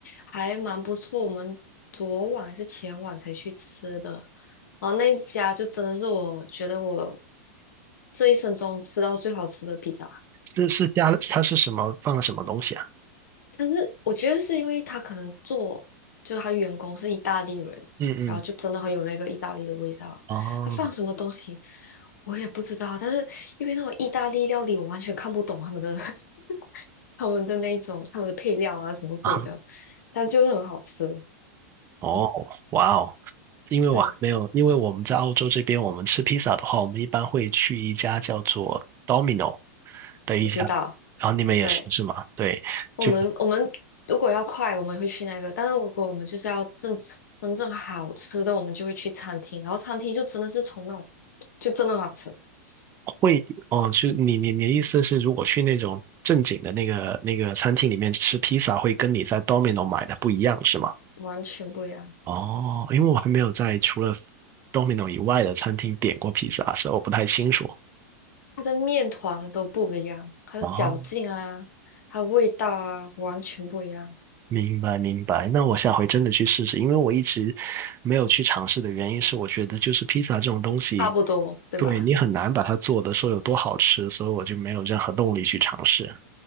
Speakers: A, on the left (about 75°); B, on the right (about 25°).
A: 还蛮不错。我们昨晚还是前晚才去吃的，然后那一家就真的是我觉得我这一生中吃到最好吃的披萨。
B: 是是加了，它是什么放了什么东西啊？
A: 但是我觉得是因为他可能做，就是他员工是意大利人，
B: 嗯嗯
A: 然后就真的很有那个意大利的味道。
B: 哦
A: 他放什么东西我也不知道，但是因为那种意大利料理，我完全看不懂他们的 <laughs> 他们的那一种他们的配料啊什么鬼的，
B: 啊
A: 但就是很好吃。
B: 哦，
A: 嗯，
B: 哇哦！因为我还没有，
A: 对，
B: 因为我们在澳洲这边，我们吃披萨的话，我们一般会去一家叫做 Domino 的一家，
A: 我知道。
B: 然后你们也是是吗？
A: 对，
B: 对，
A: 我们我们如果要快，
B: 就是
A: 我们会去那个；但是如果我们就是要正真正好吃的，我们就会去餐厅。然后餐厅就真的是从那种就真的很好吃。
B: 会哦，
A: 嗯。
B: 就你你你的意思是，如果去那种正经的那个那个餐厅里面吃披萨，会跟你在 Domino 买的不一样是吗？
A: 完全不一样，
B: 哦，因为我还没有在除了 Domino 以外的餐厅点过披萨，所以我不太清楚。
A: 它的面团都不一样，它的嚼劲啊，
B: 哦，
A: 它的味道啊，完全不一样，
B: 明白明白，那我下回真的去试试，因为我一直没有去尝试的原因是，我觉得就是披萨这种东西，
A: 差不多，对吧？
B: 对你很难把它做的说有多好吃，所以我就没有任何动力去尝试。